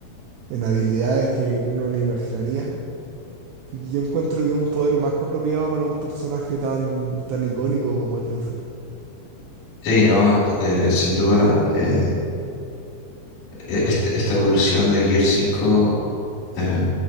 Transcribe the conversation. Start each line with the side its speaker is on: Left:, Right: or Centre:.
Right: en habilidades que, que uno no imaginaría. Y Yo encuentro que es un poder más que apropiado para un personaje tan, tan icónico como es Luffy.
Left: Sí, no, eh, sin duda, eh, e- este- esta evolución del Gear cinco eh,